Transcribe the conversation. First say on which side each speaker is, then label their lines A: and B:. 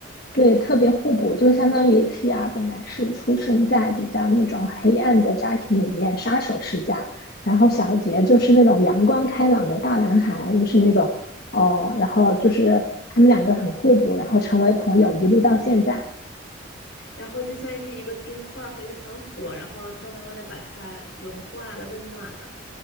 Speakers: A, on the left (about 50°); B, on the left (about 75°).
A: 对，特别互补，就相当于契亚本来是出生在比较那种黑暗的家庭里面，杀手世家，然后小杰就是那种阳光开朗的大男孩，
B: 嗯，
A: 就是那种哦，然后就是他们两个很互补，然后成为朋友，一路到现在。
B: 然后就像是一个冰块儿和一团火，然后慢慢慢的把它融化了，温暖了。